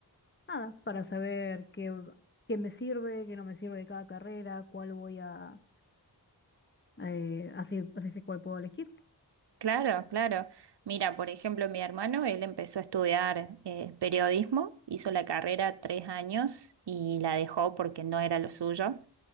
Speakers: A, on the left; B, on the right.
A: nada, para saber qué, qué me sirve, qué no me sirve de cada carrera, cuál voy a, eh, así, así sé cuál puedo elegir.
B: Claro, claro. Mira, por ejemplo, mi hermano, él empezó a estudiar eh, periodismo, hizo la carrera tres años y la dejó porque no era lo suyo.